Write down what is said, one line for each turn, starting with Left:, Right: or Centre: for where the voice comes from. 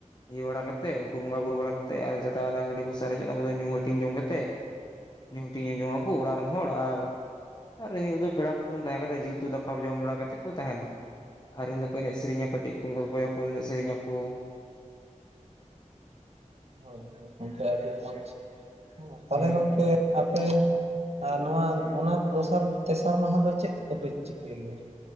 Left: ᱤᱭᱟᱹ ᱵᱟᱲᱟ ᱠᱟᱛᱮᱫ ᱩᱱᱠᱩ ᱵᱚᱸᱜᱟ ᱵᱩᱨᱩ ᱵᱟᱲᱟ ᱠᱟᱛᱮᱫ ᱟᱨ ᱡᱮᱴᱟ ᱚᱱᱟ ᱦᱟᱺᱰᱤ ᱠᱚ ᱥᱟᱨᱮᱡᱚᱜᱼᱟ ᱚᱱᱟ ᱠᱚᱫᱚ ᱧᱩ ᱦᱟᱹᱴᱤᱧ ᱡᱚᱢ ᱠᱟᱛᱮᱫ ᱧᱩ ᱦᱟᱴᱤᱤᱧ ᱟᱡᱚᱝ ᱟᱠᱚ ᱚᱲᱟᱜ ᱨᱮᱱ ᱦᱚᱲ ᱟᱨ ᱟᱨ ᱱᱤᱛᱳᱚᱜ ᱫᱚ ᱯᱮᱲᱟ ᱠᱩᱴᱩᱢ ᱛᱟᱦᱮᱸ ᱠᱟᱛᱮ ᱡᱤᱞᱩᱛᱩ ᱫᱟᱠᱟ ᱡᱚᱢ ᱵᱟᱲᱟ ᱠᱟᱛᱮᱫ ᱠᱚ ᱛᱟᱦᱮᱱᱟ ᱟᱨ ᱩᱱᱦᱤᱞᱚᱜ ᱫᱚᱠᱚ ᱮᱱᱮᱡ ᱥᱮᱨᱮᱧᱟ ᱠᱟᱹᱴᱤᱡ ᱠᱚ ᱜᱚᱞᱯᱚᱭᱟ ᱮᱱᱮᱡ ᱥᱮᱨᱮᱧᱟᱠᱚ
Right: ᱦᱳᱭ ᱦᱳᱭ ᱜᱚᱝᱠᱮ ᱟᱹᱰᱤ ᱢᱚᱡᱽ ᱛᱟᱦᱚᱞᱮ
Left: ᱦᱮᱸ
Right: ᱜᱚᱝᱠᱮ ᱟᱯᱮ ᱟᱨ ᱱᱚᱣᱟ ᱚᱱᱟ ᱫᱚᱥᱟᱨ ᱛᱮᱥᱟᱨ ᱢᱟᱦᱟ ᱫᱚ ᱪᱮᱫ ᱠᱚᱯᱮ ᱪᱤᱠᱟᱹᱭ ᱜᱮᱭᱟ